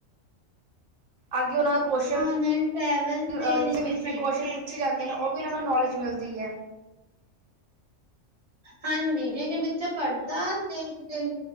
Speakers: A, on the right; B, on the right.
A: ਅੱਗੇ ਉਹਨਾਂ ਦਾ ਕੁਅਸ਼ਚਨ,
B: ਹਾਂ ਨਾਲ ਟਰੈਵਲ ਤੇ
A: ਉਹਦੇ
B: ਰਿਵਿਊ
A: ਵਿੱਚ
B: ਸਾਡੀ
A: ਵੀ ਕੁਸ਼ਅਚਨ ਪੁੱਛ ਪੁੱਛੇ ਜਾਂਦੇ ਨੇ, ਉਹ ਵੀ ਇਹਨਾਂ ਨੂੰ ਨੌਲੇਜ ਮਿਲਦੀ ਐ।
B: ਹਾਂਜੀ, ਜੇ ਕੋਈ ਬੱਚਾ ਪੜ੍ਹਦਾ, ਤੇ ਕਿਤੇ